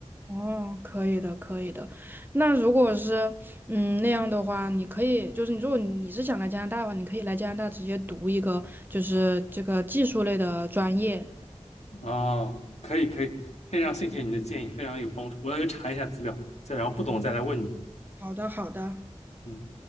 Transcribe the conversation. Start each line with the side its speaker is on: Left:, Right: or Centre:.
Right: 哦，可以的，可以的。那如果是嗯那样的话，你可以就是你如果你是想来加拿大的话，你可以来加拿大直接读一个就是这个技术类的专业。
Left: 哦，可以可以，非常谢谢你的建议，非常有帮助。我要去查一下资料，再然后不懂再来问你。
Right: 好的，好的。
Left: 嗯。